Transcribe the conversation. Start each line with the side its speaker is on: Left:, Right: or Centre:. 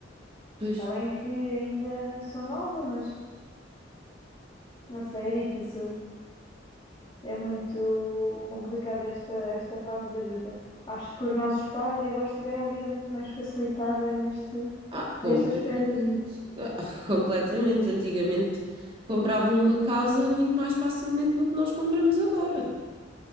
Right: pois.
Left: Está bem que ainda sou nova, mas não sei, é difícil. É muito complicada esta, esta fase da vida. Acho que os nossos pais e avós tiveram a vida muito mais facilitada neste,
Right: Ah, completamente.
Left: neste aspecto.
Right: Ah, <laughs> completamente. Antigamente compravam uma casa muito mais facilmente do que nós compramos agora.